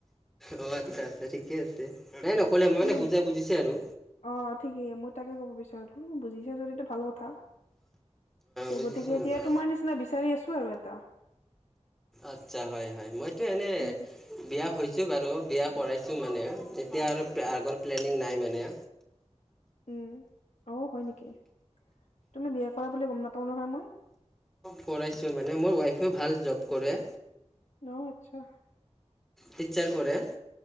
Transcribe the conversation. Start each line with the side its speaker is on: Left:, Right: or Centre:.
Centre: অ' আচ্ছা আচ্ছা ঠিকে আছে নাই নকলে মই
Left: তুমি
Centre: মানে বুজাই বুজিছে আৰু।
Left: অ' ঠিকেই মই তাকে ক'ব বিচাৰো বুজিছে যদিটো ভাল কথা। তে
Centre: বুজিছোঁ
Left: গতিকে
Centre: আৰু
Left: এতিয়া
Centre: বা
Left: তোমাৰ নিচিনা বিচাৰি আছো আৰু এটা।
Centre: আচ্ছা হয় হয় মইতো এনে
Left: উম
Centre: বিয়া হৈছোঁ বাৰু বিয়া কৰাইছোঁ মানে এতিয়া আৰু আগৰ প্লেনিং নাই মানে
Left: উম, অ' হয় নেকি তুমি বিয়া কৰা বুলি গম নাপাও নহয় মই।
Centre: কৰাইছো মানে মোৰ ৱাইফেও ভাল জব কৰে।
Left: অহ আছা।
Centre: টিচাৰ কৰে।